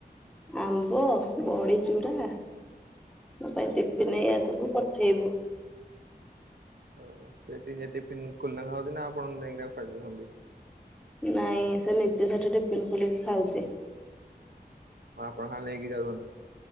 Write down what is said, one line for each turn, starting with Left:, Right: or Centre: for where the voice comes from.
Centre: ଆମ୍ବ ବଡ଼ି ଚୁରା ମୋ ପାଇଁ ଟିଫିନ ହେଇ ଆସିବୁ ପଠେଇବୁ।
Right: ଓ ସେଠି ସେ ଟିଫିନ ଖୋଲିନା ଖାଉଛି ନା ଆପଣ ନେଇକିନା ଖୁଆଇଦଉଛନ୍ତି?
Centre: ନାଇଁ ସେ ନିଜେ ସେଠି ଟିଫିନ ଖୋଲିକି ଖାଉଛି।
Right: ଆପଣ ଖାଲି ନେଇକି ଯାଉଛନ୍ତି।